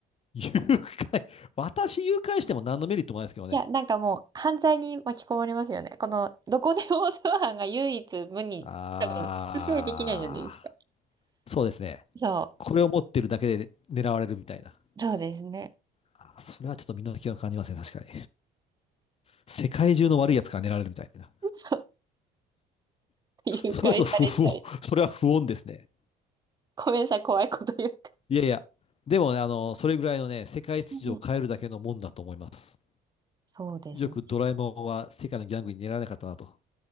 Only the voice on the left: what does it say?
誘拐、私誘拐しても何のメリットもないですけどね。
あ
ー、そうですね。
これを持ってるだけで狙われるみたいな。
あーそれはちょっと身の危険を感じますね、確かに。世界中の悪いやつから狙われるみたいな。
それはちょっと不不穏、それは不穏ですね。
いやいや、でもね、あの、それぐらいのね、世界秩序を変えるだけのもんだと思います。
よくドラえもんは世界のギャングに狙われなかったなと。